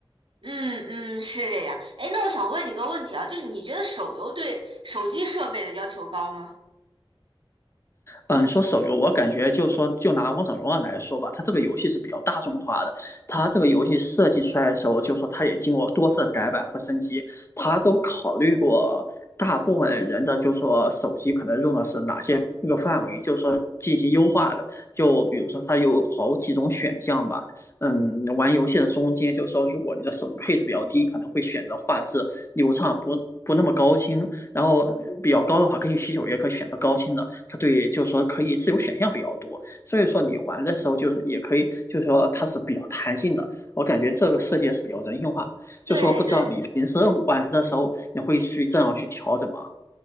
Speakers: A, on the right; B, on the left.
A: 嗯嗯，是这样。哎，那我想问你个问题啊，就是你觉得手游对手机设备的要求高吗？
B: 嗯，说手游，我感觉就说就拿《王者荣耀》来说吧，它这个游戏是比较大众化的。它这个游戏设计出来的时候，就说它也经过多次改版和升级，它都考虑过大部分人的，就说手机可能用的是哪些那个范围，就说进行优化的。就比如说它有好几种选项吧，嗯，玩游戏的中间，就说如果你的手机配置比较低，可能会选择画质流畅不。不那么高清，然后比较高的话，根据需求也可以选择高清的；它对就是说可以自由选项比较多，所以说你玩的时候就是也可以，就是说它是比较弹性的。我感觉这个设计是比较人性化，就说不知道你平时玩的时候你会去这样去调整吗？
A: 对对。